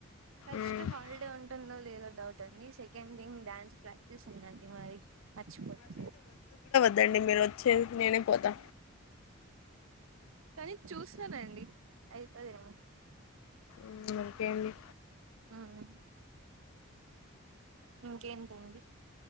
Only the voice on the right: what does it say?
ఫస్ట్
హాలిడే ఉంటుందో లేదొ డౌట్ ఉంది సెకండ్ థింగ్ డ్యాన్స్ ప్రాక్టీస్ ఉందండి మరి మర్చిపోయా
కానీ చూస్తానండి అయిపయ్యో
హ్మ్ ఇంకేంటండి